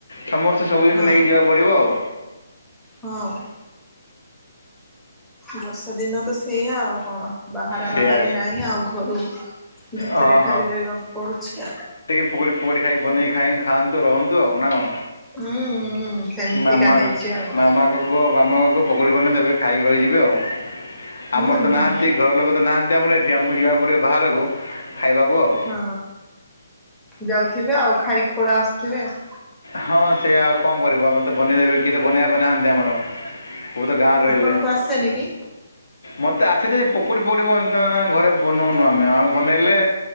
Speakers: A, on the left; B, in the centre.
A: ସମସ୍ତେ ସବୁ ଜିନିଷ
B: ହଁ
A: ନେଇକି ଯିବାକୁ ପଡ଼ିବ ଆଉ
B: ହଁ। ବର୍ଷା ଦିନ ତ ସେଇଆ ଆଉ କଣ ବାହାରା
A: ସେଇଆ
B: ବାହାରି ନାହିଁ ଆଉ ଘରୁ ଭିତରେ
A: ହଁ
B: ଖାଲି ରହିବାକୁ ପଡୁଛି ଆ
A: ପୋଡ଼ି ପୋଡ଼ି ଖାଇକ ବନେଇକ ଖାଇ ଖାଆନ୍ତୁହନ୍ତୁ ଆଉ ନା କଣ?
B: ହୁଁ ହୁଁ ସେମିତିକା
A: ମାମା
B: ହେଇଛି ଆଉ କଣ
A: ମାମା କ ପୁଅ ମାମାଙ୍କୁକ ପକୁଡି ବନେଇ ଦେବେ ଖାଇକି ରହିଯିବେ ଆଉ
B: ହୁଁ
A: ଆମର ତ
B: ହୁଁ
A: ନାହାନ୍ତି ଘର ଲୋକ ତ ନାହାନ୍ତି ଆମର ଏଠି, ଆମକୁ ଯିବାକୁ ପଡ଼ିବ ବାହାରକୁ ଖାଇବାକୁ ଆଉ
B: ହଁ ଯାଉଥିବେ, ଆଉ ଖାଇକି ପଳେଇ ଆସୁଥିବେ ଆଉ
A: ହଁ ସେଆ ଆଉ କଣ କରିବୁ ଆମର ତ ବନେଇଦେବେ କି ବନେଇବା ପାଇଁ ନାହାନ୍ତି ଆମର। ମୁଁ ତ ଗାଁରେ ରହିଲେ।
B: ଆପଣଙ୍କୁ ଆସେନି କି
A: ମୋତେ ଆସେ ଯେ ପକୁଡ଼ି ଫକୁଡ଼ି ମ ଘରେ ବନଉନୁ ଆମେ ଆମେ ବନେଇଲେ